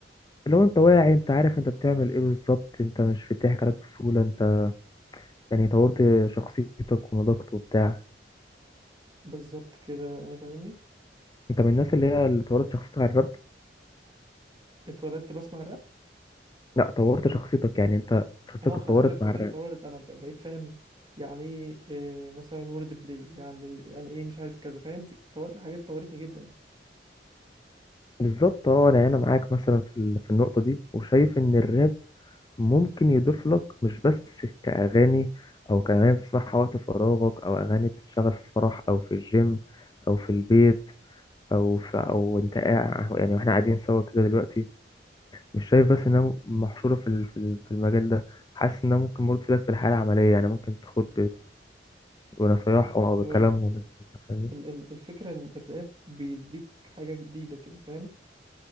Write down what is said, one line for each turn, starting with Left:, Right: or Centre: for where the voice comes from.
Left: لو انت واعي انت عارف انت بتعمل ايه بالظبط انت مش بيضحك عليك بسهولة انت يعني طورت شخصيتك ونضجت وبتاع
Right: بالظبط كده انا فاهمني
Left: انت من الناس اللي هي اللي طورت شخصيتك على الراب
Right: اتولدت بسمع الراب
Left: لا طورت شخصيتك يعني انت شخصيتك
Right: اه خلي
Left: اتطورت
Right: بالك شخصيتي
Left: مع الراب
Right: اتطورت انا ب- بقيت فاهم يعني ايه إيه مثلا وورد بلاي يعني يعني ايه مش عارف كذا فاهم في- اتطورت الحاجات اتطورتني جدا
Left: بالظبط اه يعني انا معاك مثلا في ال- في النقطه دي وشايف ان الراب ممكن يضيف لك مش بس كأغاني أو كأغاني تسمعها وقت فراغك أو أغاني بتشتغل في فرح أو في الجيم أو في البيت أو في أو أنت قاعد يعني وإحنا قاعدين سوا كده دلوقتي مش شايف بس إنها محشورة في ال- في ال- في المجال ده حاسس إنها ممكن برضه تفيدك في الحياة العملية يعني ممكن تاخد ونصايحهم
Right: بص
Left: او
Right: هقول
Left: بكلامهم
Right: لك والله.
Left: انت فاهمني
Right: ال- ال- الفكره ان الراب بيديك حاجه جديده كده فاهم